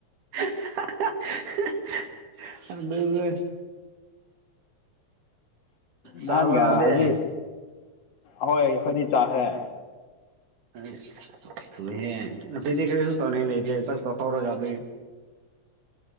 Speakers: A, on the right; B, on the left.
A: <unintelligible> ꯑꯗꯨꯒ
B: ꯅꯍꯥꯟꯒ
A: ꯆꯥꯔꯕꯣ ꯅꯪꯗꯤ
B: ꯍꯧꯖꯤꯛ ꯍꯣꯏ ꯍꯧꯖꯤꯛ ꯆꯥꯈ꯭ꯔꯦ
A: ꯑꯁ ꯊꯨꯌꯦꯍꯦ ꯉꯥꯁꯤꯗꯤ ꯀꯔꯤꯁꯨ ꯇꯧꯅꯤꯡꯉꯥꯏ ꯂꯩꯇꯦ ꯇꯛꯇ ꯇꯧꯔꯒꯗꯣꯏ